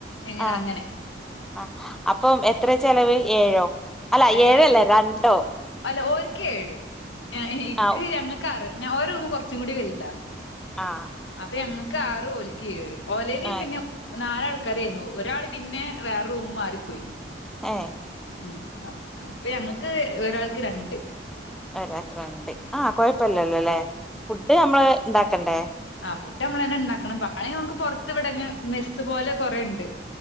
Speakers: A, on the left; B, in the centre.
A: എങ്ങനെ
B: ആഹ്
A: അങ്ങനെ
B: ആഹ് അപ്പം എത്ര ചെലവ് ഏഴോ അല്ല
A: ഏഹ്
B: ഏഴ് അല്ല രണ്ടോ
A: അല്ല ഓരിക്കെ ഏ ഇക്ക്
B: ആഹ്
A: ഞങ്ങൾക്ക് അറ് ഓര് റൂമ് കുറച്ചും കൂടി വലുതാ
B: ആഹ്
A: അപ്പൊ ഞങ്ങക്ക് ആറ് ഓല്ക്ക് ഏഴ് ഓലയില്
B: ആഹ്
A: പിന്നെ നാലാൾക്കാരായിന്നു ഒരാൾ പിന്നെ വേറെ റൂമ് മാറിപ്പോയി
B: ആഹ്
A: ഉം അപ്പൊ ഞങ്ങൾക്ക് ഒരാൾക്ക് രണ്ട്
B: ഒരാക്ക് രണ്ട് ആഹ് കുഴപ്പില്ലല്ലോ അല്ലേ ഫുഡ് നമ്മള് ഉണ്ടാക്കണ്ടേ?
A: ആഹ് ഫുഡ് നമ്മള് തന്നെ ഉണ്ടാക്കണം <unintelligible> നമുക്ക് പൊറത്ത് ഇവിടെങ്ങ് മെസ്സ് പോലെ കൊറെണ്ട്